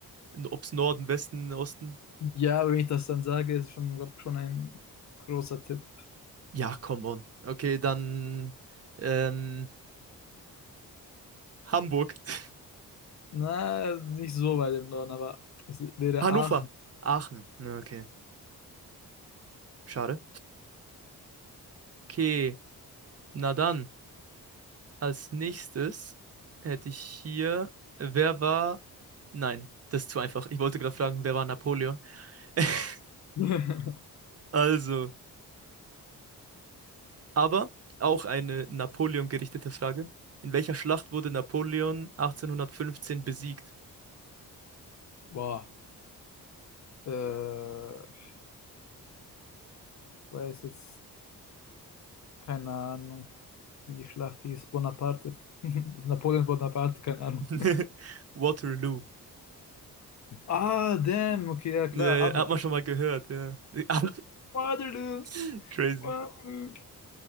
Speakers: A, on the right (about 35°); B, on the left (about 45°).
A: Ob's Norden, Westen, Osten?
B: ja aber wenn ich das dann sage, ist schon, glaub, schon ein großer Tipp.
A: Ja, come on. Okay, dann ähm, Hamburg. <laughs>
B: Na, nicht so weit im Norden, aber es wäre
A: Hannover.
B: Aachen.
A: Aachen. Na, Okay, schade. Okay, na dann, als nächstes hätte ich hier, wer war... Nein, das ist zu einfach. Ich wollte gerade fragen, wer war Napoleon? <laughs>
B: <laughs>
A: Also, aber auch eine Napoleon gerichtete Frage. In welcher Schlacht wurde Napoleon 1815 besiegt?
B: Boah, äh, ich weiß jetzt keine Ahnung, wie die Schlacht hieß. Bonaparte. <laughs> Napoleon Bonaparte, keine Ahnung.
A: <laughs> Waterloo.
B: Ah, damn, okay, ja
A: Ja,
B: klar,
A: ja,
B: aber.
A: hat man schon mal gehört, ja. Aber
B: Waterloo.
A: <laughs> crazy.
B: Waterloo.